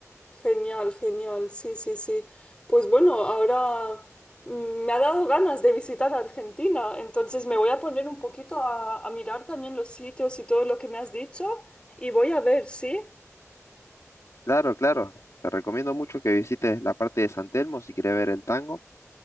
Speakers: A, on the left; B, on the left.
A: Genial, genial, sí, sí, sí. Pues bueno, ahora mm, me ha dado ganas de visitar Argentina, entonces me voy a poner un poquito a, a mirar también los sitios y todo lo que me has dicho y voy a ver, ¿sí?
B: Claro, claro, te recomiendo mucho que visites la parte de San Telmo si quieres ver el tango